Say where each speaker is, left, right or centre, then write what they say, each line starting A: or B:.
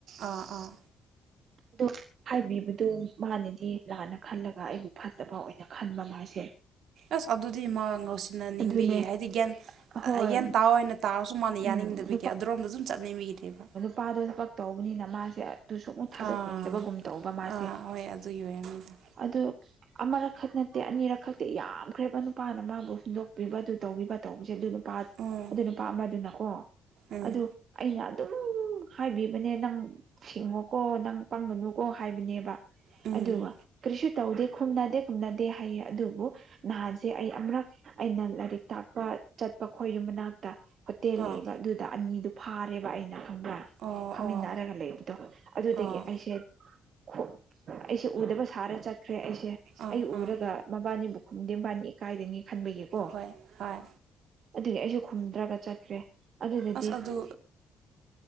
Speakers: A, on the right (about 75°); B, on the right (about 60°).
A: ꯑꯥ ꯑꯥ
B: ꯑꯗꯣ ꯍꯥꯏꯕꯤꯕꯗꯣ ꯃꯥꯅꯗꯤ ꯂꯥꯟꯅ ꯈꯜꯂꯒ ꯑꯩꯕꯨ ꯐꯠꯇꯕ ꯑꯣꯏꯅ ꯈꯟꯕ ꯃꯥꯁꯦ
A: ꯑꯁ ꯑꯗꯨꯗꯤ ꯃꯥ ꯉꯥꯎꯁꯤꯟꯅꯅꯤꯡꯕꯒꯤ
B: ꯑꯗꯨꯅꯦ
A: ꯍꯥꯏꯗꯤ ꯒ꯭ꯌꯥꯟ
B: ꯍꯣꯏ
A: ꯒ꯭ꯌꯥꯟ ꯇꯥꯑꯣꯏꯅ ꯇꯥꯔꯁꯨ ꯃꯥꯅ
B: ꯎꯝ
A: ꯌꯥꯅꯤꯡꯗꯕꯤꯒꯤ ꯑꯗꯨꯔꯣꯝꯗ ꯑꯗꯨꯨꯝ ꯆꯠꯅꯤꯡꯕꯒꯤꯅꯦꯕ
B: ꯅꯨꯄꯥꯗꯣꯁꯨ ꯊꯕꯛ ꯇꯧꯕꯅꯤꯅ ꯃꯥꯁꯦ ꯑꯗꯨꯁꯨ ꯑꯃꯨꯛ ꯊꯥꯗꯣꯛꯅꯤꯡꯗꯕꯒꯨꯝ
A: ꯑꯥ
B: ꯇꯧꯕ ꯃꯥꯁꯦ
A: ꯑꯥ ꯍꯣꯏ ꯑꯗꯨꯒꯤ ꯑꯣꯏꯔꯝꯅꯤꯗ
B: ꯑꯗꯣ ꯑꯃꯔꯛꯈꯛ ꯅꯠꯇꯦ ꯑꯅꯤꯔꯛ ꯈꯛꯇꯤ ꯌꯥꯝꯈ꯭ꯔꯦꯕ ꯅꯨꯄꯥꯅ ꯃꯥꯕꯨ ꯍꯨꯟꯗꯣꯛꯄꯤꯕ ꯑꯗꯨ ꯇꯧꯕꯤꯕ ꯇꯧꯕꯁꯦ ꯑꯗꯨ ꯅꯨꯄꯥ
A: ꯎꯝ
B: ꯑꯗꯨ ꯅꯨꯄꯥ ꯑꯃꯗꯨꯅꯀꯣ
A: ꯎꯝ
B: ꯑꯗꯨ ꯑꯩꯅ ꯑꯗꯨꯝ ꯁꯨꯝ ꯍꯥꯏꯕꯤꯕꯅꯦ ꯅꯪ ꯁꯤꯡꯉꯣꯀꯣ ꯅꯪ ꯄꯪꯒꯅꯨꯀꯣ ꯍꯥꯏꯕꯅꯦꯕ
A: ꯎꯝ
B: ꯑꯗꯨꯒ ꯀꯔꯤꯁꯨ ꯇꯧꯗꯦ ꯈꯨꯝꯅꯗꯦ ꯈꯨꯝꯅꯗꯦ ꯍꯥꯏꯌꯦ ꯑꯗꯨꯕꯨ ꯅꯍꯥꯟꯁꯦ ꯑꯩ ꯑꯃꯨꯔꯛ ꯑꯩꯅ ꯂꯥꯏꯔꯤꯛ ꯇꯥꯛꯄ ꯆꯠꯄ ꯈꯣꯏꯌꯨꯝ ꯃꯅꯥꯛꯇ ꯍꯣꯇꯦꯜ
A: ꯑꯥ
B: ꯂꯩꯕ ꯑꯗꯨꯗ ꯑꯅꯤꯗꯨ ꯐꯥꯔꯦꯕ ꯑꯩꯅ ꯈꯪꯕ꯭ꯔ
A: ꯑꯣ
B: ꯐꯝꯃꯤꯟꯅꯔꯒ
A: ꯑꯣ
B: ꯂꯩꯕ ꯑꯗꯨꯗꯒꯤ
A: ꯑꯣ
B: ꯑꯩꯁꯦ ꯑꯩꯁꯦ ꯎꯗꯕ ꯁꯥꯔ ꯆꯠꯈ꯭ꯔꯦ ꯑꯩꯁꯦ
A: ꯑꯥ
B: ꯑꯩ ꯎꯔꯒ
A: ꯑꯥ
B: ꯃꯕꯥꯅꯤꯕꯨ ꯈꯝꯗꯦ ꯃꯕꯥꯅꯤ ꯏꯀꯥꯏꯔꯅꯤ ꯈꯟꯕꯒꯤ ꯀꯣ
A: ꯍꯣꯏ ꯍꯣꯏ
B: ꯑꯗꯨꯗꯤ ꯑꯩꯁꯨ ꯈꯨꯝꯗ꯭ꯔꯒ ꯆꯠꯈ꯭ꯔꯦ ꯑꯗꯨꯗꯗꯤ
A: ꯑꯁ ꯑꯗꯨ